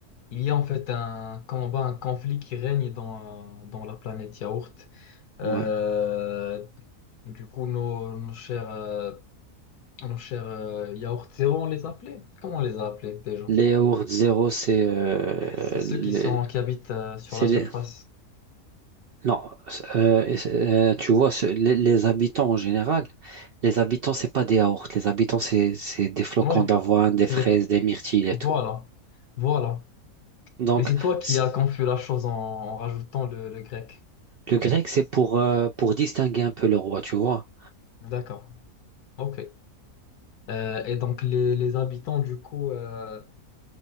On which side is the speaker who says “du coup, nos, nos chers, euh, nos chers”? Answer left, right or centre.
Left